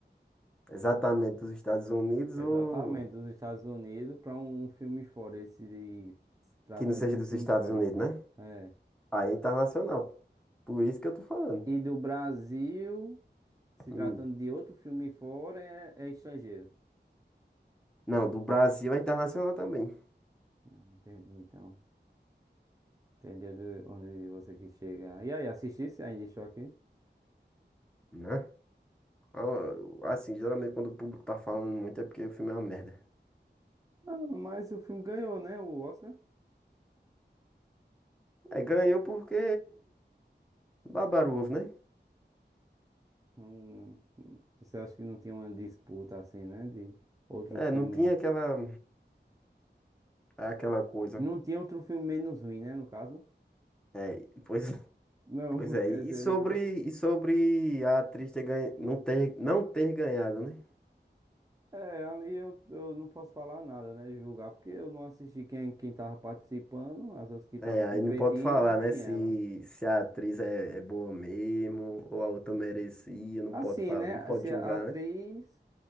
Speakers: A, in the centre; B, on the right.
A: exatamente dos Estados Unidos
B: Exatamente,
A: ou
B: dos Estados Unidos para um filme fora, esse de, se tratando
A: que não seja
B: de um
A: dos
B: filme
A: Estados
B: fora.
A: Unidos, né?
B: É.
A: Aí é internacional. Por isso que eu tô falando.
B: E do Brasil, se
A: Hum.
B: tratando de outro filme fora, é, é estrangeiro.
A: Não, do Brasil é internacional também,
B: Ah, Entendi, então. Entendi onde onde você quis chegar. E aí, assistisse ainda estou aqui?
A: né? Ah, Assim, geralmente quando o público tá falando muito é porque o filme é uma merda.
B: Ah, mas o filme ganhou, né? O Oscar.
A: É, ganhou porque Babaruvo, né?
B: Não- você acha que não tinha uma disputa assim, né? De outros
A: É,
B: filmes.
A: não tinha aquela aquela coisa.
B: Não tinha outro filme menos ruim, né? No caso.
A: É, <laughs> pois,
B: Não,
A: pois
B: <laughs>
A: é.
B: quer
A: E
B: dizer,
A: sobre
B: um filme.
A: e sobre a atriz ter ganha, não ter não ter ganhado, né?
B: É, ali eu, eu não posso falar nada, né? Julgar, porque eu não assisti quem, quem tava participando, as outras que estavam
A: É, aí
B: competindo
A: não pode falar,
B: e nem
A: né? Se,
B: ela.
A: se a atriz é, é boa mesmo ou a outra merecia, não
B: Assim,
A: pode falar,
B: né?
A: não pode
B: Se
A: julgar,
B: a atriz,
A: né?